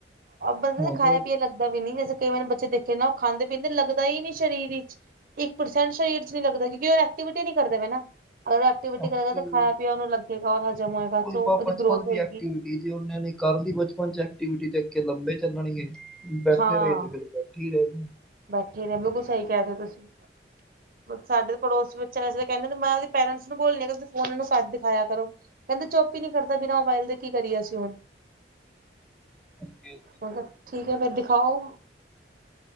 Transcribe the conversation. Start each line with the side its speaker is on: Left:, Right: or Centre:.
Right: ਗਲ
Centre: ਹੁਣ
Right: ਏ
Centre: ਤੇ
Right: ਖਾਇਆ ਪੀਆ ਲੱਗਦਾ ਵੀ ਨਹੀਂ ਜੈਸੇ ਕਿਵੇਂ ਨੇ ਬੱਚੇ ਦੇਖੇ ਨਾ ਉਹ ਖਾਂਦੇ ਪੀਦੇੱ ਲਗਦੇ ਹੀ ਨੀ ਸਰੀਰ ਵਿੱਚ ਇੱਕ ਪਰਸੈਂਟ ਸਰੀਰ ਚ ਨੀ ਲੱਗਦਾ ਕਿਉਂਕਿ ਉਹ ਐਕਟੀਵਿਟੀ ਨਹੀਂ ਕਰਦੇ ਪਾਏ ਨਾ ਅਗਰ ਉਹ ਐਕਟੀਵਿਟੀ
Centre: ਐਕਟਿਵ
Right: ਕਰੇਗਾ ਤਾਂ ਖਾਇਆ ਪੀਓ ਉਹਨੂੰ ਲੱਗੇਗਾ ਰ ਹਜ਼ਮ ਹੋਏਗਾ
Centre: ਉਹੀ
Right: ਸੋ
Centre: ਬ
Right: ਉਹਦੀ
Centre: ਬਚਪਨ
Right: ਗਰੋਥ
Centre: ਦੀ
Right: ਹੋਏਗੀ
Centre: ਐਕਟੀਵਿਟੀ ਜੇ ਉਹ ਨੇ ਕਰ ਦੀ ਬਚਪਨ ਚ ਐਕਟੀਵਿਟੀ ਤੇ ਅੱਗੇ ਲੰਬੇ ਚੱਲਣਗੇਏ ਬੈਠੇ
Right: ਹਾਂ
Centre: ਰਹੇ ਤੇ ਫਿਰ ਕੀ ਲਓ
Right: ਬੈਠੇ ਰਹੁ ਬਿਲਕੁਲ ਸਹੀ ਕਹਿ ਰੇ ਤੁਸੀਂ ਸਾਡੇ ਪੜੋਸ ਬੱਚਾ ਵੇ ਕਹਿੰਦੇ ਮੈਂ ਉਹਦੇ ਪੇਰੈਂਟਸ ਨੂੰ ਬੋਲਣੀ ਤੁਸੀਂ ਫੋਨ ਇਹਨੂੰ ਕੱਢ ਦਿਖਾਇਆ ਕਰੋ ਕਹਿੰਦੇ ਚੁੱਪ ਹੀ ਨਹੀਂੀ ਕਰਦਾ ਬਿਨਾਂ ਮੋਬਾਈਲ ਦੇ ਕੀ ਕਰੀਏਸੀਂ ਹੁਣ
Centre: ਰਹਿਣਗੇ
Right: ਮ ਕਿਹਾ ਠੀਕ ਹੈ ਫੇਰ ਦਿਖਾਓ